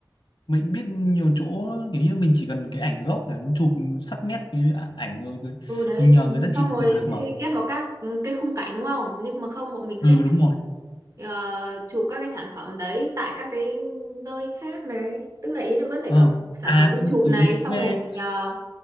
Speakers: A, on the left; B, on the right.
A: mình biết nhiều chỗ kiểu như mình chỉ cần cái ảnh gốc để nó chụp sắc nét cái ả- ảnh rồi rồi
B: ừ đấy
A: mình nhờ
B: ừ,
A: người ta
B: xong
A: chỉnh
B: rồi
A: sửa được mà
B: sẽ ghép vào các ừ, cái khung cảnh đúng không nhưng mà không bọn mình
A: ừ
B: sẽ phải,
A: đúng rồi
B: ờ, chụp các cái sản phẩm đấy tại các cái nơi khác này tức là ý là vẫn phải
A: ờ
B: cầm sản
A: à
B: phẩm đi
A: chứ
B: chụp
A: kiểu
B: này
A: như
B: xong
A: thuê
B: rồi ờ,